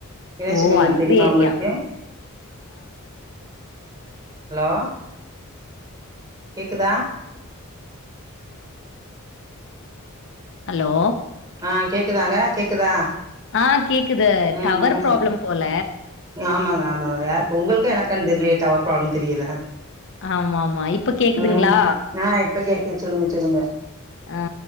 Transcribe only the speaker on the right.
மீனாச்சி
அம்மன் கோயில்
தெரியுமா
உங்களுக்கு ஹலோ கேக்குதா
ஆ கேக்குதாங்க கேக்குதா
ம்
ம்
ஆமாங்க ஆமாங்க யாருக்கு உங்களுக்கா எனக்கானு தெரிலயே டவர் ப்ராப்ளம் தெரியல
ம் ஆ இப்ப கேக்குது சொல்லுங்க சொல்லுங்க